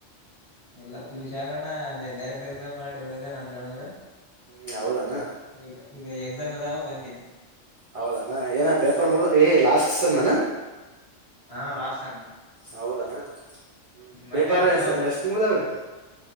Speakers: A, on the left (about 55°); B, on the right (about 50°).
A: ಇಲ್ಲ
B: ಹೌದೌದು
A: ಪಿಯೂಷ್ ಆಗೋಣ್ಣ ಅಲ್ಲಿ ಡೈರೆಕ್ಟ್ ಎಕ್ಸಾಮ್ ಮಾಡಿ ಹೋದ ನನ್ ಬೆಂಗ್ಳೂರು
B: ಹೂ ಹೌದಾನ
A: ಈಗ ಈಗ ಎಕ್ಸಾಮ್ ಆದವು ಬಂದಿನಿ
B: ಹೌದಣ ಏನ ಪೇಪರ್ ಮು ಏ ಲಾಸ್ಟ್ ಸೆಮ್ಮನ
A: ಹಾ ಲಾಡ್ಸಾಮ
B: ಹೌದ ಏನ ಹೂ ಪೇಪಾರ
A: ಮತ್ತೇನಪ್ಪ
B: ಎಷ್ಟ
A: ಸಮಾಚಾರ
B: ಎಷ್ಟ ಮುಗಿದವು